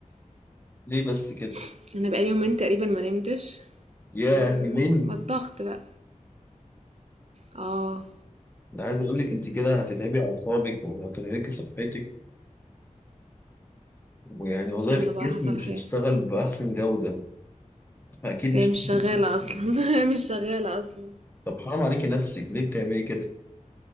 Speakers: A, on the left; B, on the right.
A: ليه بس كده؟
B: <laughs> انا بقالي يومين تقريبا ما نمتش
A: ياه
B: مم،
A: يومين،
B: ما الضغط بقى اه
A: انا عايز اقول لك انت كده هتتعبي اعصابك وهترهقي صحتك ويعني وظائف
B: يلا
A: الجسم
B: بقى حصل
A: مش
B: خير
A: هتشتغل باحسن جودة، فاكيد
B: هي
A: مش
B: مش شغالة
A: هتشتغل.
B: اصلا <laughs> هي مش شغالة اصلا
A: طب حرام عليكي نفسك، ليه بتعملي كده؟